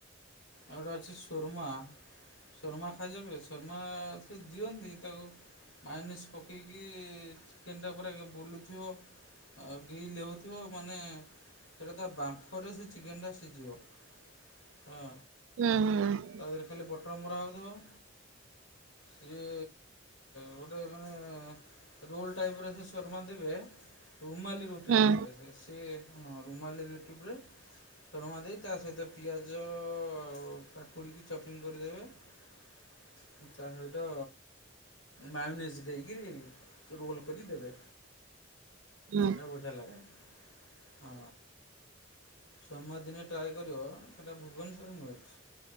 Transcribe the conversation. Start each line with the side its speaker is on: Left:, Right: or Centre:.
Left: ଆଉ ଗୋଟେ ଅଛି ସୁର୍ମା। ସୂର୍ମା ଖାଇଜ କେବେ ସୁର୍ମା ସେ ଦିଅନ୍ତି ତାକୁ ମାଇନିସ୍ ପକେଇକି ଚିକେନ୍ଟା ପୁରା ବୁଲୁଥିବ। ଆ ଗିଲ ଲେଉଥିବ ମାନେ ସେଟା ତା ବାମ୍ଫରେ ସେ ଚିକେନ ଟା ସିଝିବ ହଁ।
Right: ହୁଁ ହୁଁ।
Left: ତା ଦେହରେ ଖାଲି ବଟର ମରା ହେଉଥିବ। ସିଏ ଗୋଟେ ମାନେ ରୋଲ ଟାଇପରେ ସେ ଶର୍ମା ଦେବେ ରୁମାଲି ରୁଟିରେ
Right: ହୁଁ
Left: ଦେବେ ସେ। ଟିକେ ହଁ ରୁମାଲି ରୋଟି ପରେ ଶୂର୍ମା ଦେଇ ତା ସହିତ ପିଆଜ ଅ ଆଉ କାକୁଡ଼ିକି ଚପିଙ୍ଗ କରିଦେବେ ତା ସହିତ ମାଇନିସ ଦେଇକିରି ରୋଲ୍ କରିଦେବେ।
Right: ହୁଁ
Left: ହେରା ବଢ଼ିଆଁ ଲାଗେ। ହଁ ସୋମାର ଦିନେ ଟ୍ରାଏ କରିବ ସେଟା ଭୁବନେଶ୍ୱରରେ ମିଳୁଚି।